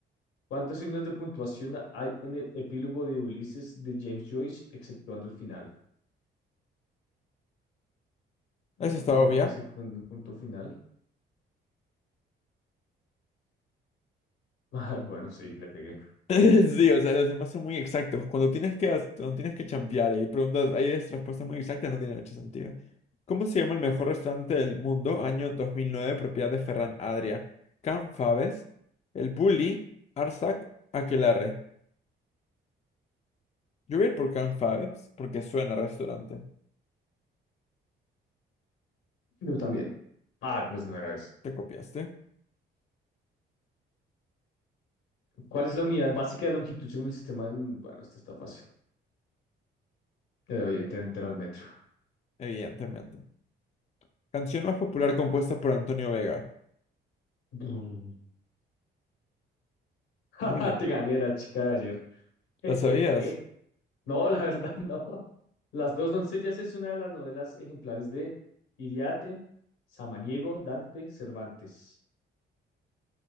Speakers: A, on the left; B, on the left.
A: ¿cuántos signos de puntuación hay en el epílogo de Ulises de James Joyce, exceptuando el final? Mm,
B: Eso está obvia.
A: exceptuando el punto final. <laughs> Ah, bueno, sí, le pegué.
B: <laughs> Sí, o sea, los demás son muy exactos. Cuando tienes que, as- cuando tienes que champear y hay preguntas, hay es- respuestas muy exactas, no tiene mucho sentido. ¿Cómo se llama el mejor restaurante del mundo? Año 2009, propiedad de Ferran Adrià. Can Fabes, El Bulli, Arsac, Aquelarre. Yo voy a ir por Can Fabes porque suena a restaurante.
A: Yo también. Ah, pues no era eso.
B: ¿Te copiaste?
A: ¿Cuál es la unidad básica de longitud según el sistema? en- Bueno, esta está fácil. Era Evidentemente era el metro.
B: Evidentemente. Canción más popular compuesta por Antonio Vega.
A: Mm. <laughs>
B: Mule.
A: Te gané la chica de ayer. <laughs>
B: ¿la sabías?
A: No, la verdad <laughs> no. Las dos doncellas es una de las novelas ejemplares de Iriarte, Samaniego, Dante, Cervantes.